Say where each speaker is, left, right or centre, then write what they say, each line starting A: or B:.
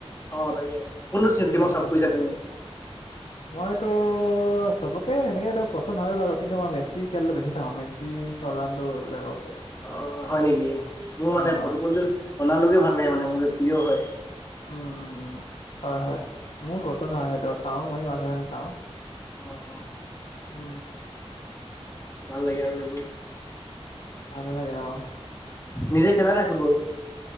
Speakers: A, on the left; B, on the left.
A: অ তাকে কোনটো চে
B: অ'
A: টিমক চাপৰ্ট
B: অ।
A: কৰিছা তুমি?
B: মইতো চবকে সেনেকেতো পচন্দ হয় বাৰু। কিন্তু মই মেচি খেলটো বেছি চাও। মেচি ৰনাল্ডো এইবিলাকৰ। খেল।
A: অ হয় নেকি? মোৰ
B: অ'
A: মানে পটকলটো
B: অ'।
A: ৰনাল্ডোকে ভাল লাগে মানে মোৰ যে প্ৰিয় হয়।
B: উম-উম-উম, হয়-হয়। মোৰ পচন্দ হয় সেইটো। চাও মই মাজে মাজে চাওঁ।
A: অ-অ।
B: উ।
A: ভাল লাগে আৰু এইবোৰ।
B: ভাল লাগে অ।
A: নিজে খেলা নাই ফুটবল?